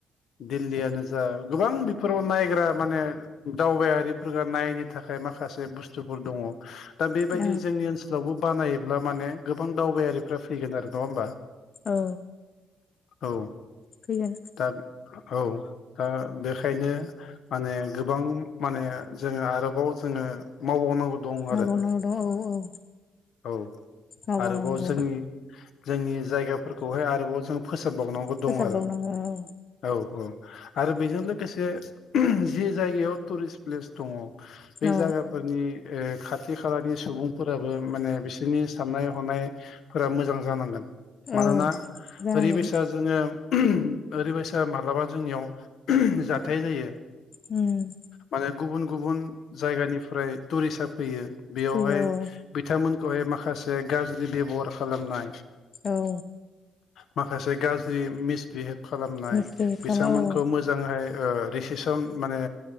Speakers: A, on the left (about 70°); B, on the left (about 45°).
A: दिल्लीयानो जा गोबां बेफोराव नायग्रा माने दावबायारिफोर नायनो थाखाय माखासे बुस्थुफोर दङ दा बेबायदि
B: औ
A: जोंनि ओनसोलावबो बानायोब्ला माने गोबां दावबायारिफ्रा फैगोन आरो नङा होमबा
B: औ
A: औ
B: फैगोन
A: दा औ ओ बेखायनो माने गोबां माने जोङो आरोबाव जोङो मावबावनांगौ दं
B: मावबावनांगौ
A: आरो
B: दं औ औ
A: औ
B: मावबावनांगौ
A: आरोबाव जोंनि जोंनि जायगाफोरखौहाय आरोबाव जों फोसा बावनांगौ
B: फोसाबबावनांगौ
A: दं आरो औ औ आरो बेजों लोगोसे जि जायगायाव टुरिस्ट प्लेस दङ बे
B: औ
A: जायगाफोरनि खाथि खालानि सुबुंफोराबो माने बिसोरनि साननाय हनायफोरा मोजां जानांगोन मानोना
B: औ जानांगोन
A: ओरैबायसा जोङो ओरैबायसा माब्लाबा जोंनियाव जाथाय जायो
B: हम।
A: माने गुबुन गुबुन जायगानिफ्राय टुरिस्टआ फैयो बेयावहाय
B: फैयो
A: बिथांमोनखौहाय माखासे गाज्रि बेब'हार खालामनाय
B: औ
A: माखासे गाज्रि मिसबिहेभ खालामनाय
B: मिस्ट्रि
A: बिथांमोनखौ
B: खालामो
A: मोजांहाय ओ दिसिसन माने